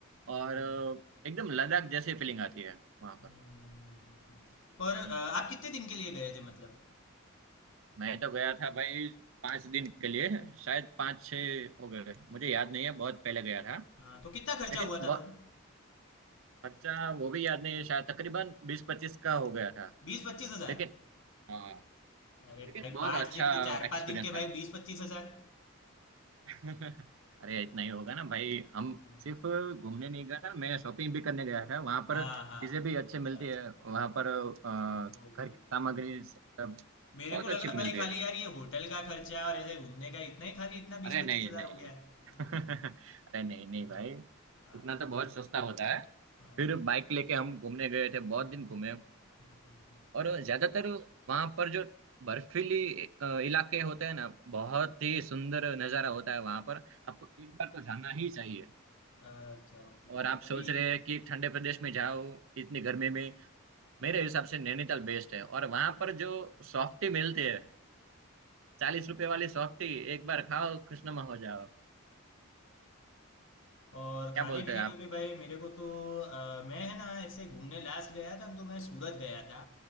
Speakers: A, on the left; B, on the right.
A: हम्म,
B: और एकदम लद्दाख जैसी फीलिंग आती है वहां पर
A: हम्म। पर अ,
B: हम्म,
A: आप कितने दिन के लिए गए थे मतलब
B: मैं तो गया था भाई पांच दिन के लिए शायद पाँच छः हो गए मुझे याद नहीं है बहुत पहले गया था
A: हाँ, तो कितना खर्चा
B: लेकिन
A: हुआ
B: बहुत
A: था तब
B: खर्चा वो भी याद नहीं है शायद तकरीबन बीस पच्चीस का हो गया था
A: बीस पच्चीस हजार
B: लेकिन हाँ
A: अरे
B: लेकिन
A: भाई
B: बहुत
A: पाँच
B: अच्छा
A: दिन के चार
B: एक्सपीरियंस
A: पाँच दिन के
B: था
A: भाई बीस पच्चीस हजार
B: <laughs> अरे इतना ही होगा ना भाई हम
A: हम्म,
B: सिर्फ घूमने नहीं गया था मैं शॉपिंग भी करने गया था वहां पर
A: हाँ
B: चीजें
A: हाँ
B: भी अच्छे
A: अच्छा
B: मिलती
A: अच्छा
B: है वहां पर अ,
A: Okay
B: घर की
A: okay
B: सामग्री सब
A: मेरे
B: बहुत
A: को लगा
B: अच्छी
A: भाई
B: मिलती
A: खाली
B: है
A: यार ये होटल का खर्चा और ऐसे घूमने का इतना ही खाली इतना बीस
B: अरे
A: पच्चीस
B: नहीं
A: हजार
B: नहीं
A: हो गया है
B: <laughs>
A: हम्म,
B: अरे नहीं नहीं
A: हम्म,
B: भाई
A: हाँ,
B: उतना तो बहुत सस्ता होता है
A: हाँ,
B: फिर बाइक लेके हम घूमने गए थे बहुत
A: हम्म,
B: दिन घूमे
A: हम्म,
B: और ज्यादातर वहां पर जो बर्फीली अ, इलाके होते हैं ना बहुत ही सुंदर नजारा होता है वहां पर आपको एक बार तो जाना ही चाहिए
A: अच्छा ओके
B: और
A: ओके
B: आप सोच
A: कभी
B: रहे हैं कि ठंडे प्रदेश में जाओ इतनी गर्मी में मेरे हिसाब से नैनीताल बेस्ट है और वहां पर जो सॉफ्टी मिलती है चालीस रुपए वाली सॉफ्टी एक बार खाओ खुशनुमा हो जाओ
A: और खाने
B: क्या बोलते
A: पीने
B: हैं आप
A: का भी भाई मेरे को तो अ, मैं है ना ऐसे घूमने लास्ट गया था न, तो मैं सूरत गया था